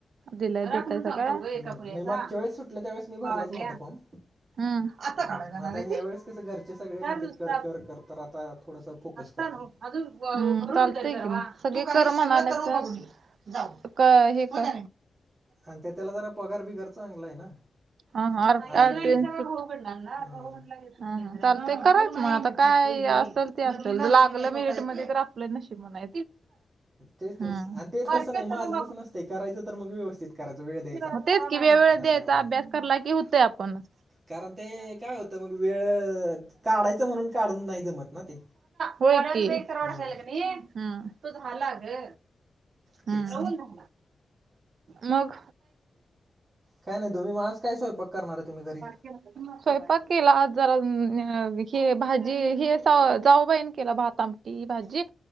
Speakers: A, on the right; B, on the right.
A: दिला दटच काय एका
B: म्हणजे मागच्या वेळेस सुटलं त्यावेळेस मी
A: बावडल्या
B: भरलाच नव्हता फॉर्म
A: हम् आता
B: हम्म
A: काढाय जाणार
B: मग आता ह्या
A: ती
B: वेळेस कसं घरचे सगळे
A: चार
B: म्हणतात
A: दिवस
B: कर कर कर तर आता थोडंसं फोकस
A: आता
B: करतोय
A: नव्ह ह चालतंय की मग सगळे कर म्हणाले तर का हे कर
B: आणि त्या त्याला जरा पगार बिगार चांगला आहे ना
A: हा हार चाल
B: आणि ह
A: ते करायचं मग आता काय असल लागलं मिरिट मध्ये तर आपल नशीब म्हणाय
B: तेच तेच
A: हम्म
B: आणि
A: ते बारक्याच
B: तसं नाही माझं
A: करून
B: तसं नसतंय करायचं तर मग व्यवस्थित करायचं वेळ द्यायचा
A: म तेच की वेळवेगळ
B: हा
A: द्यायचा अभ्यास ठरला की होतय आपणच
B: कारण ते काय होतं मग वेळ काढायचं म्हणून काढून नाही जमत ना ते
A: होय की झाडावरच एक
B: हा
A: तरवड की नाही तो झाला ग राहून
B: तेच
A: झाला मग
B: काय नाही तुम्ही म आज काय स्वयंपाक करणार आहे तुम्ही घरी
A: हम्म स्वयंपाक केला जरा हे भाजी हे जाऊबाईण केला भात आमटी ती भाजीत